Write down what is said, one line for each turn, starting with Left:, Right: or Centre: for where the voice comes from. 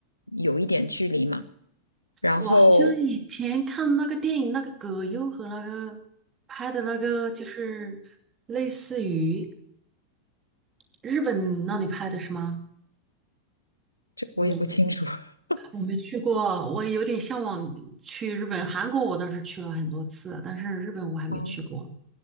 Left: 有一点距离嘛。然后
Right: 我好像以前看那个电影，那个葛优和那个拍的那个，就是类似于日本那里拍的是吗？
Left: 这个我也不清楚。
Right: 就。
Left: <laughs>
Right: 我没去过，我有点向往去日本、韩国，我倒是去了很多次，但是日本我还没去过
Left: 哦，